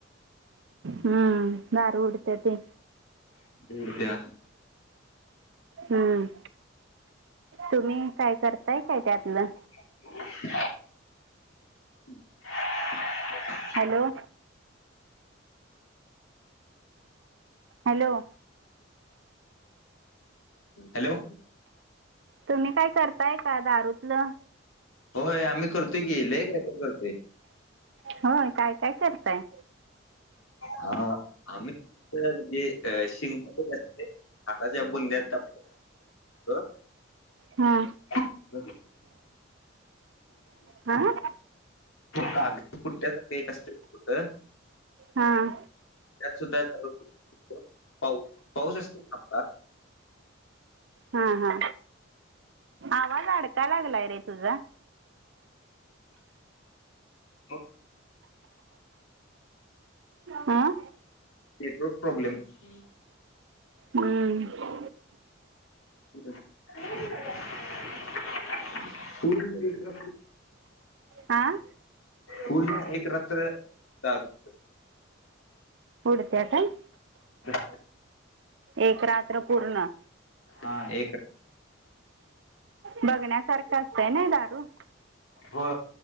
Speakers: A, on the right; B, on the left.
A: हा गार उडत्या ते.
B: उडत्या.
A: हम्म. तुम्ही काय करताय काय त्यातलं?
B: हुं.
A: हॅलो. हॅलो.
B: हॅलो.
A: तुम्ही काय करताय का दारूतलं?
B: होय आम्ही करतोय की लय काय काय करतोय.
A: होय काय काय करताय?
B: हा आम्ही <inaudible> जे अ. <unintelligible> आता ज्या बुंद्यात. <unintelligible>
A: हा.
B: <unintelligible>
A: हां.
B: कागदी पुट्यासारखं केक असतोय कुठं.
A: हां.
B: त्यात सुद्धा. <inaudible> पाऊ पाऊस असत आता.
A: हा हा आवाज आडकाय लागलाय रे तुझा.
B: हो.
A: हां.
B: नेटवर्क प्रॉब्लेम हंम्म.
A: हम्म.
B: <unintelligible>
A: आं
B: पूर्ण एक रात्र दारू.
A: उडत्या काय?
B: <unintelligible>
A: एक रात्र पूर्ण.
B: हा एक
A: बघण्यासारखं असतंय ना दारू.
B: हो